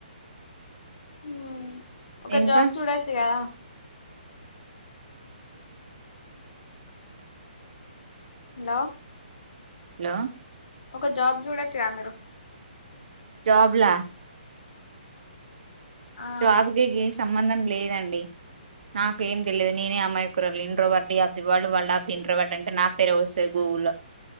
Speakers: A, on the left; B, on the right.
A: హ్ ఒక
B: ఇంకా
A: జాబ్ చూడొచ్చు గాదా హలో
B: హలో
A: ఒక జాబ్ చూడొచ్చు గా మీరు
B: జాబ్లా
A: ఆ
B: జబ్ కి ఏం సంబంధం లేదు. అండి నాకు ఏం తెలియదు. నేనే అమయి కురలూనీ introvert D of the world of the introvert అంటే నా పేరు వస్తది. గూగుల్లో